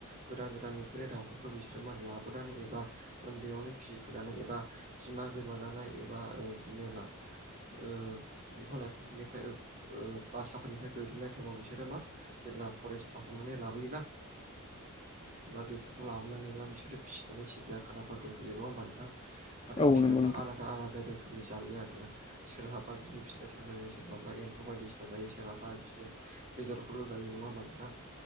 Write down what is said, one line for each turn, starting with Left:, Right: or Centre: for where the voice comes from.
Right: गोदान गोदान नुफेरनाय दाउफोरखौ बिसोरो मा लाबोनानै एबा उन्दैयावनो फिसिफैनानै एबा बिमा गोमाजानाय एबा ओ बिनो ओ बिफां लाइफांफोरनिफ्राय ओ बासाफोरनिफ्राय गोग्लैनाय टाइमाव बिसोरो मा जेब्ला फरेस्टफ्राव हमनानै लाबोयोना बा बेफोरखौ लाबोनानै मा बिसोरो फिसिनानै सेरिया खानाफोर दंफैयो नङा होमबा नोंथां? आरो
Left: औ
Right: बिसोरो
Left: नंगौ
Right: मा
Left: नोंथां
Right: आलादा आलादा रोखोम रोखोमनि जायो आरोना सोरहाबा बिनो फिथाइ सामनानै सोरबाबा एम्फौ बायदिसिना जायो सोरहाबा बिदिनो बेदरफोरल' जायो नङा होमबा नोंथां?